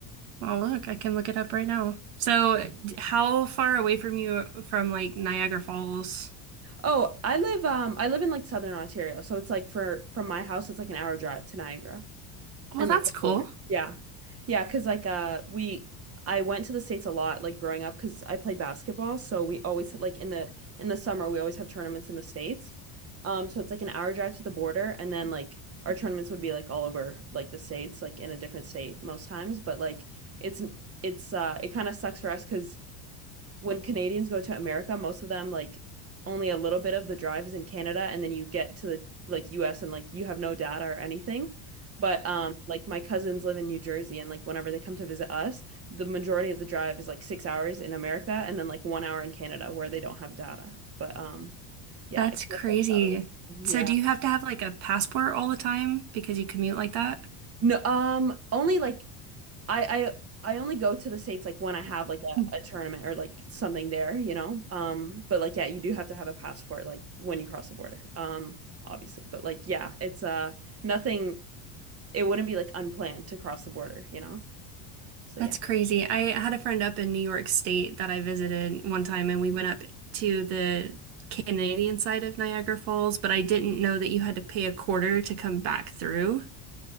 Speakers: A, on the right; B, on the right.
A: oh, look, I can look it up right now. So, d- how far away from you from like Niagara Falls?
B: Oh, I live um I live in like Southern Ontario, so it's like for from my house it's like an hour drive to Niagara
A: Well,
B: and
A: that's
B: like the
A: cool.
B: border. Yeah. Yeah, 'cause like uh we I went to the States a lot like growing up 'cause I played basketball, so we always like in the in the summer we always have tournaments in the States. Um so it's like an hour drive to the border and then like our tournaments would be like all over like the States, like in a different state most times, but like it's it's uh it kind of sucks for us 'cause when Canadians go to America, most of them like only a little bit of the drive is in Canada, and then you get to the like US and like you have no data or anything. But um like my cousins live in New Jersey and like whenever they come to visit us, the majority of the drive is like six hours in America and then like one hour in Canada where they don't have data. But um yeah,
A: That's
B: I feel
A: crazy.
B: like that's the other yeah.
A: So, do you have to have like a passport all the time because you commute like that?
B: No, um only like I I I only go to the States like when I have like a,
A: Hmm.
B: a tournament or like something there, you know. Um, but like yeah, you do have to have a passport like when you cross the border. Um, obviously. But like yeah, it's uh nothing it wouldn't be like unplanned to cross the border, you know? So
A: That's
B: yeah.
A: crazy. I had a friend up in New York State that I visited one time, and we went up to the Canadian side of Niagara Falls, but I didn't know that you had to pay a quarter to come back through.